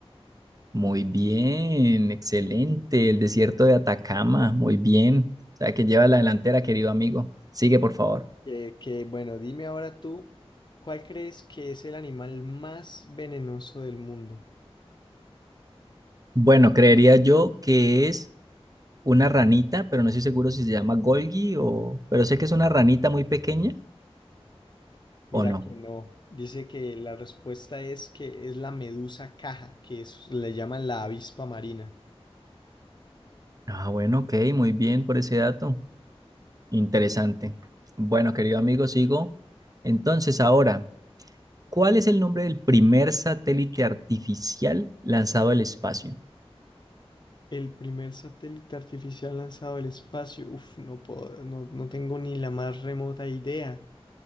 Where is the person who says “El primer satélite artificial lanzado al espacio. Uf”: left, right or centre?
Left